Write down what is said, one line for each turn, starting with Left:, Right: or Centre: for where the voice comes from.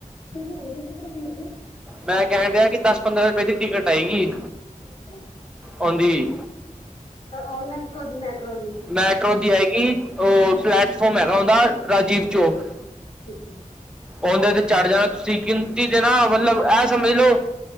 Left: ਹਾਂਜੀ- ਹਾਂਜੀ, ਫਿਰ ਵੀਰ ਜੀ।
Centre: ਮੈਂ ਕਹਿਣ ਦਿਆ ਕਿ, ਦਸ -ਪੰਦਰਾਂ ਰੁਪਏ ਦੀ ਟਿਕਟ ਆਏਗੀ
Left: ਠੀਕ ਹੈ
Centre: ਆਉਂਦੀ
Left: ਉਹ ਮੈਟਰੋ ਦੀ, ਮੈਟਰੋ ਦੀ
Centre: ਮੈਟਰੋ ਦੀ ਆਏਗੀ, ਉਹ ਪਲੈਟਫੋਮ ਹੈਗਾ, ਓਹੰਦਾ ਰਾਜੀਵ ਚੋਕ
Left: ਠੀਕ ਹੈ
Centre: ਆਉਂਦੇ ਤੇ ਚੜ੍ਹ ਜਾਣਾ, ਤੁਸੀਂ ਗਿਣਤੀ ਦੇ ਨਾ, ਮਤਲਬ ਇਹ ਸਮਝ ਲਓ